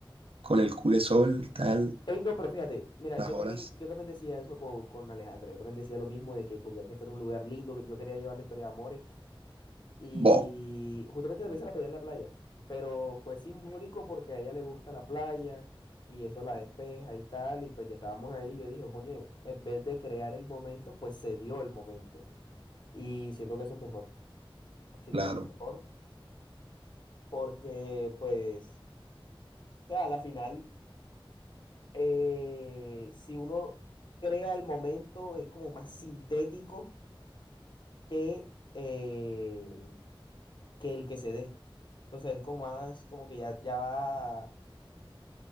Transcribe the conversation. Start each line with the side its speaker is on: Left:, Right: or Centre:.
Right: con el cule sol tal,
Left: Ey, no, pero fíjate, mira,
Right: las
Left: yo
Right: olas.
Left: también, yo también decía eso con, con Alejandra. Yo también decía lo mismo de que quería que fuera un lugar lindo, que yo quería llevar la historia de amores. Y
Right: Bo,
Left: justamente también se la pedí en la playa. Pero fue simbólico porque a ella le gusta la playa y eso la despeja y tal. Y pues ya estábamos ahí. Yo dije, coño, en vez de crear el momento, pues se dio el momento. Y siento que eso es mejor. Siento
Right: claro,
Left: que es mejor porque, pues, o sea, a la final, eh, si uno crea el momento, es como más sintético que, eh, que el que se dé. Entonces es como más, como que ya, ya va,